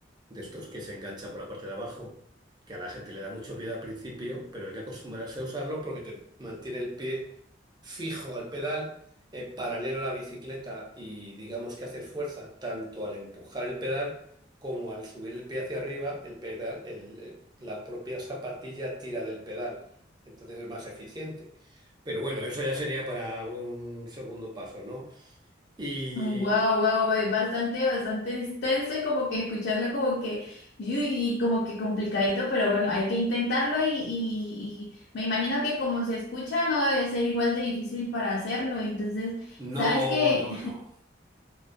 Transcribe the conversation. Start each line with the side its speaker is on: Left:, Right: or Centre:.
Right: de estos que se engancha por la parte de abajo, que a la gente le da mucho miedo al principio, pero hay que acostumbrarse a usarlo porque te mantiene el pie fijo al pedal, eh, paralelo a la bicicleta y digamos que hacer fuerza tanto al empujar el pedal como al subir el pie hacia arriba, el pedal, el- el- la propia zapatilla tira del pedal. Entonces es más eficiente. Pero bueno, eso ya sería para un segundo paso, ¿no? Y
Left: Wow, wow, bastante, bastante extenso y como que escucharlo como que, y y como que complicadito, pero bueno, hay que intentarlo y, y- y me imagino que como se escucha no debe ser igual de difícil para hacerlo. Entonces,
Right: no,
Left: ¿sabes qué?
Right: no, no.